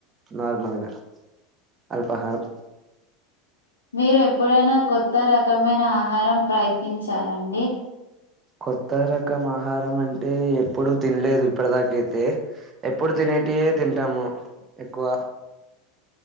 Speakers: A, on the right; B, on the left.
A: నార్మల్గా అల్పాహారం
B: మీరు ఎప్పుడైనా కొత్త రకమైన ఆహారం ప్రయత్నించారా అండి
A: కొత్త రకం ఆహారం అంటే ఎప్పుడు తినలేదు ఇప్పటి దాక అయితే ఎప్పుడు తినేటివే తింటాము ఎక్కువ